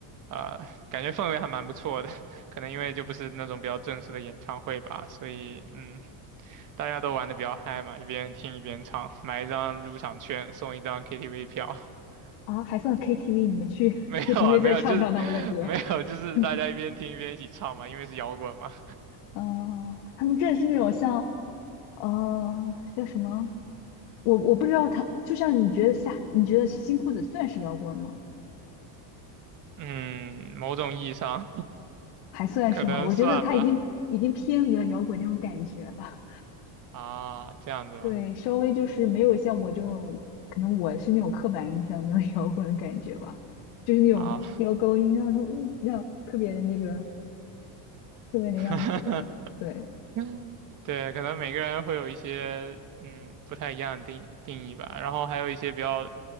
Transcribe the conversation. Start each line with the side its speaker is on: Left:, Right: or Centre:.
Right: 啊、感觉氛围还蛮不错的，<laughs> 可能因为就不是那种比较正式的演唱会吧，所以嗯，大家都玩的比较嗨嘛，一边听一边唱，买一张入场券送一张 KTV 票。<laughs>
Left: 啊，还算 KTV，你们去
Right: 没有啊，
Left: KTV
Right: 没有，
Left: <laughs> 再唱唱他们的歌。
Right: 就是 <laughs> 没有，就是大家一边听一边一起唱嘛，
Left: <laughs>
Right: 因为是摇滚嘛。
Left: 嗯，他们真的是那种像，呃，叫什么？我我不知道他，就像你觉得下，你觉得新裤子算是摇滚吗？
Right: 嗯，某种意义上
Left: 还算是吗？
Right: <laughs> 可能算吧。
Left: 我觉得他已经已经偏离了摇滚那种感觉了。
Right: 啊，这样子吗？
Left: <laughs> 对，稍微就是没有像我这种，可能我是那种刻板印象中的摇滚的感觉吧，就是那种飙高音啊，
Right: 啊，
Left: 然后嗯，那样特别的那个特别那样子的。
Right: <laughs>
Left: 对
Right: 嗯，对，可能每个人会有一些嗯不太一样的定定义吧。然后还有一些比较